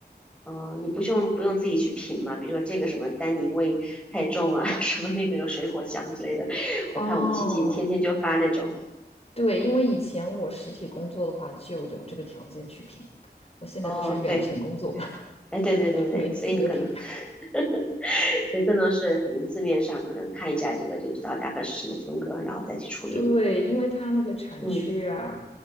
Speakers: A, in the centre; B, on the left.
A: 哦，你不用不用自己去品嘛？比如说这个什么单宁味太重啊，<laughs> 什么那个有水果香之类的。
B: 哦，
A: 我看我亲戚天天就发那种，
B: 对，因为以前我实体工作的话就有这个条件去评，我现在不是远程工作嘛，
A: 哦，对，
B: <laughs>
A: 哎，对对对对，
B: 没资格评。
A: 所以你可能，<laughs> 所以更多是可能字面上可能看一下这个就知道大概是什么风格，然后再去处理了。
B: 对，因为它那个产区啊、
A: 嗯